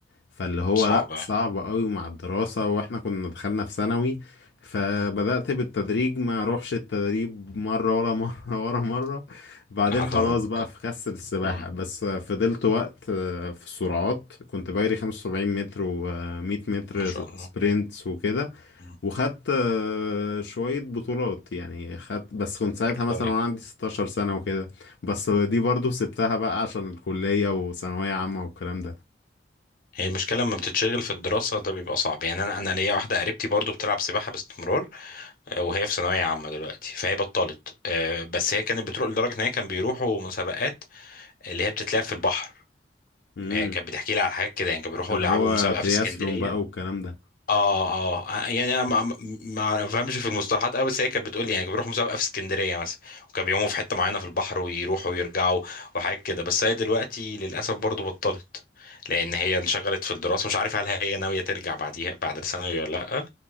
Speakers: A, on the left; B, on the left.
A: فاللي هو
B: صعب
A: لأ
B: يعني.
A: صعب قوي مع الدراسة واحنا كنا دخلنا في ثانوي فبدأت
B: مم.
A: بالتدريج ما اروحش التدريب مرة ولا مرة <laughs> ورا مرة بعدين
B: لحد
A: خلاص
B: ما بطل
A: بقى في خس السباحة
B: مم.
A: بس فضلت وقت آه، في السرعات كنت بجري 75 متر و100 متر
B: ما شاء
A: س-
B: الله
A: سبرينتس وكده
B: مم.
A: وخدت آه، شوية بطولات يعني خدت بس كنت ساعتها مثلا
B: كويس
A: وانا عندي 16 سنة وكده بس دي برضو سبتها بقى عشان الكلية وثانوية عامة والكلام
B: هي المشكلة لما بتتشغل في الدراسة ده بيبقى صعب يعني أنا أنا ليا واحدة قريبتي برضو بتلعب سباحة باستمرار آه، وهي في ثانوية عامة دلوقتي فهي بطلت آه، بس هي كانت بتروح لدرجة إن هي كان بيروحوا مسابقات اللي هي بتتلعب في البحر
A: ده
B: آه، كانت بتحكي لي على حاجات كده يعني كانوا بيروحوا
A: اللي
B: يلعبوا
A: هو
B: مسابقة
A: ترياسلون
B: في اسكندرية
A: بقى والكلام ده
B: اه اه يعني انا ما ما- ما بفهمش في المصطلحات قوي بس هي كانت بتقول لي يعني كانوا بيروحوا مسابقه في اسكندريه مثلا وكانوا بيقوموا في حته معينه في البحر ويروحوا ويرجعوا وحاجات كده بس هي دلوقتي للاسف برضو بطلت لان هي انشغلت في الدراسه مش عارف هل هي ناويه ترجع بعديها بعد الثانوي ولا لا